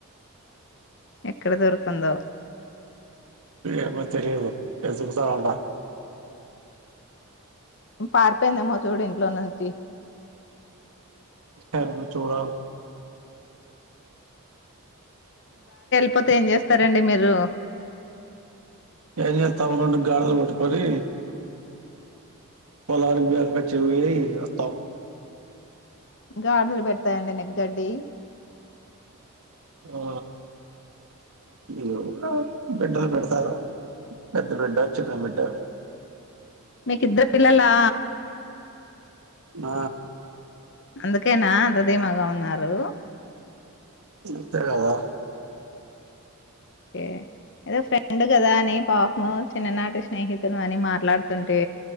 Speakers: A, on the left (about 55°); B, on the right (about 75°).
A: ఎక్కడ దొరికిందో
B: ఏమో తెలియదు వెతుకుతుంటాన
A: పారిపోయిందేమో చూడు ఇంట్లో నుంచి
B: ఏమో చూడాలి
A: కాకపోతే ఏం చేస్తారండి మీరు
B: ఏ తమకం గగాడ కొట్టుకొని పోలారం <unintelligible> వత్త
A: <unintelligible> పెడతాయండి గడ్డి
B: ఆ ఇ బిడ్డలు పెడతారు పెద్ద బిడ్డ చిన్న బిడ్డ
A: మీకు ఇద్దరు పిల్లలా
B: ఆ
A: అందుకేనా అందధీమాగా ఉన్నారు
B: అంతేకదా
A: ఏ ఏదో ఫ్రెండ్ కదా అని పాపము చిన్ననాటి స్నేహితులు అని మాట్లాడుతుంటే